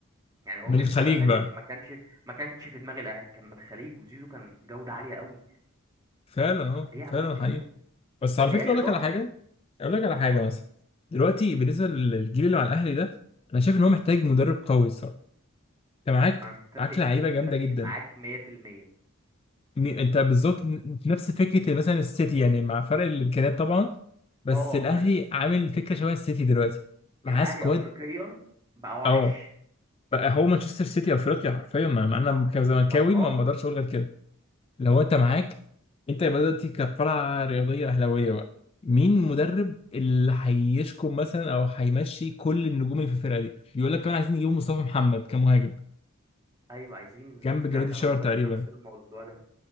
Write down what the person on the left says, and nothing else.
من
الخليج
بقى
فعلا اه
فعلا حقيقي
بس على
فكرة أقول
لك على حاجة أقول لك على حاجة
مثلا دلوقتي بالنسبة للجيل اللي مع الأهلي ده أنا شايف إن هو محتاج مدرب قوي الصراحة أنت معاك
معاك لعيبة
جامدة جدا
م- أنت بالظبط ن- نفس فكرة مثلا السيتي يعني مع فرق الإمكانيات طبعا بس
الأهلي
عامل فكرة
شبه السيتي دلوقتي معاه
سكواد
أه بقى هو مانشستر سيتي أفريقيا حرفيا ما ما أنا
كزملكاوي
ما بقدرش أقول غير كده لو انت معاك
انت يبقى دلوقتي كقلعة رياضية أهلاوية بقى مين مدرب اللي هيشكم مثلا او هيمشي كل النجوم اللي في الفرقة دي بيقول لك كمان عايزين يجيبوا مصطفى محمد كمهاجم
جنب
جرادي
شار
تقريبا